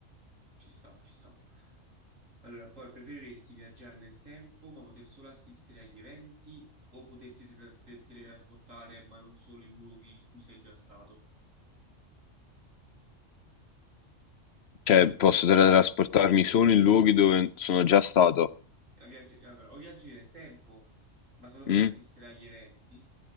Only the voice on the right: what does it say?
Ci sta, ci sta. Allora, poi preferiresti viaggiare nel tempo ma poter solo assistere agli eventi o poterti te- te- teletrasportare ma non solo in luoghi in cui sei già stato?
Eh, viaggi- Allora, o viaggi nel tempo ma solo per
assistere agli eventi